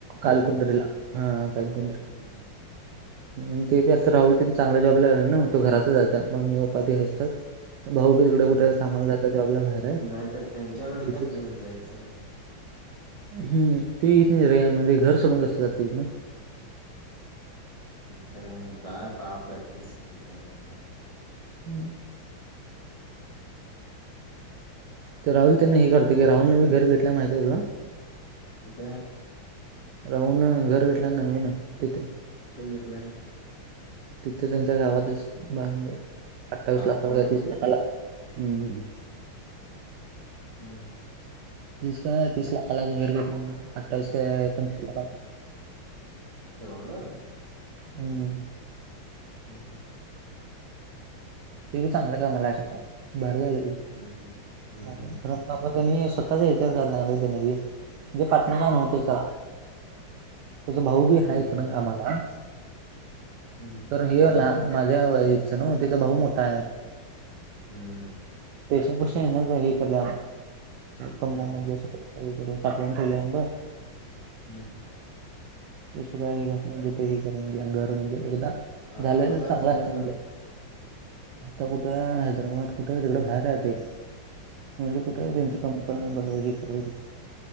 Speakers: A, on the right; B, on the left.
A: कालकुंद्रीला हा हा कालकुंद्र
B: हम्म
A: अन् ते बी आता राहुल तेन त्यां चांगल्या जॉबला हाय न्हव, तो घरातच हाय आता मम्मी पप्पा ते हे आसत्यात भाऊ बी तिकड कुठ?
B: हम्म
A: कामाला जात्यात जॉबला बाहेरच
B: नाहीतर त्यांच्याकडे
A: हाय इथच
B: तर घेऊन जायचं
A: हुं हुं ते येत नाहीत रे म्हणजे घर सोडून कस जातील ना?
B: खरे हाय ना काय पाप प्रॅक्टिस ते काय करणार?
A: हुं. ते राहूल त्यांना
B: हम्म
A: हे करतय की, राहूलन बी घर घेतल्या माहित हाय तुला
B: कुठ?
A: राहूलन घर घेतल्याल नविन तिथ
B: कुठ घेतलय?
A: तिथं त्यांच्या गावातच बांधलं, अठ्ठावीस
B: पालकुंद्र
A: लाखाला का तीस
B: मध्ये
A: लाखाला हुं.
B: हम्म.
A: तीस काय तीस लाखाला घर घेतला म्हण, अठ्ठावीस काय पंचवीस लाखाला
B: एवढ?
A: हुं.
B: हम् हुं.
A: ते बी चांगल्या कामाला हाय. अरे पाप बर झाल
B: हम्म हम्म
A: राहुल्या खरं बाबा त्यांनी स्वतःचा इचार केला त्यान बी, म्हणजे पाटन काय नव्हतच तेला त्याच भाऊ बी हाय
B: हम्म
A: खरं न कामाला
B: हम्म.
A: करण हे लहान माझ्या वयाच ना तेचा भाऊ मोठा हाय.
B: हुं हुं.
A: त्याच्यापेक्षा हेनच हे करल्याल, कमवून
B: हम्म
A: म्हणजे असं काही सगळीकडे साठवून ठेवले बघ.
B: हम्म.
A: सं काय हे घातलं तथ हे करून गेलं घर म्हणजे एकदा
B: आता
A: झाले
B: कुठं
A: चांगलंच
B: असय
A: <unintelligible> आता कुठे हैदराबाद कुठे तिकडे बाहेर राहते. म्हणजे कुठे
B: हम्म
A: त्यांची कंपनी ब ह <unintelligible> कराल त